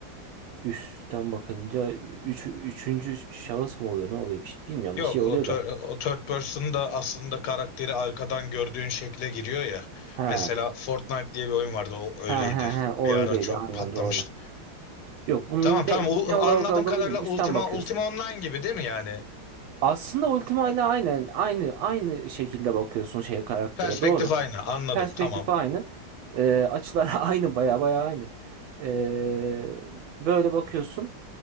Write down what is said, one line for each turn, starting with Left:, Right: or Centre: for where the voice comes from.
Right: üstten bakınca üç, üçüncü şahıs mı oluyor? Ne oluyor? Bir, şey- bilmiyorum.
Left: Yok,
Right: Bir şey oluyor
Left: o, tö-
Right: da.
Left: o third person da aslında karakteri arkadan gördüğün şekle giriyor ya.
Right: Ha
Left: Mesela Fortnite diye bir oyun vardı, o öyleydi.
Right: ha ha he. O
Left: Bir ara
Right: öyleydi.
Left: çok
Right: Aynen
Left: patlamıştı.
Right: doğru. Yok, bunun
Left: Tamam tamam
Right: ne,
Left: U-
Right: ne olarak
Left: anladığım
Right: olduğunu
Left: kadarıyla
Right: bilmiyorum. Üstten
Left: Ultima
Right: bakıyorsun.
Left: Ultima Online gibi değil mi yani?
Right: Aslında Ultima ile aynen aynı aynı şekilde bakıyorsun şeye karaktere.
Left: Perspektif
Right: Doğru.
Left: aynı anladım
Right: Perspektif
Left: tamam.
Right: aynı. Ee, açılar <laughs> aynı baya baya aynı. Ee, böyle bakıyorsun.